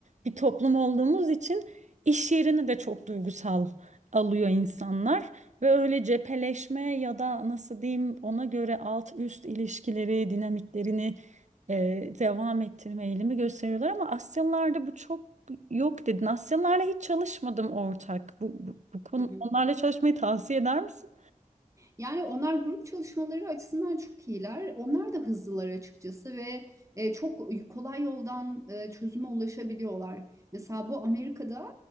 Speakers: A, on the right; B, on the right.
A: bir toplum olduğumuz için iş yerini de çok duygusal alıyor insanlar ve öyle cepheleşme ya da nasıl diyeyim ona göre alt üst ilişkileri, dinamiklerini e, devam ettirme eğilimi gösteriyorlar ama Asyalılarda bu çok yok dedin. Asyalılarla hiç çalışmadım ortak. Bu, bu, bu konu,
B: Hı hı.
A: onlarla çalışmayı tavsiye eder misin?
B: Yani onlar grup çalışmaları açısından çok iyiler. Onlar da hızlılar açıkçası ve e, çok kolay yoldan e, çözüme ulaşabiliyorlar. Mesela bu Amerika'da